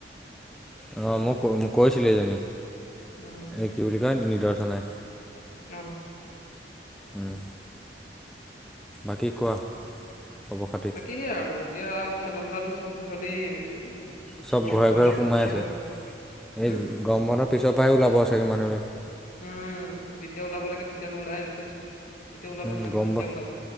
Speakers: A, in the centre; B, on the left (about 45°).
A: অ, মোক- মোক কৈছিলো এইজনী।
B: উম।
A: এ কি বুলি কয় নিদৰচনাই।
B: <unintelligible>
A: উম। বাকী কোৱা? খবৰ খাতি
B: বাকী হে আৰু এতিয়া খেলা ধূলাটো চব <unintelligible>
A: চব
B: বৰ
A: ঘৰে ঘৰে
B: মানে
A: সোমাই
B: তোমাৰ বন্ধই
A: আছে
B: হ'ল
A: এই
B: উম
A: গৰম বন্ধ পিছৰ পাই ওলাব চাগে মানুহবিলাক।
B: উম, যেতিয়া ওলাব লাগে তেতিয়া নোলাই <unintelligible> যেতিয়া ওলাব
A: উম,
B: নালাগে
A: গমব
B: তেতিয়া ওলাব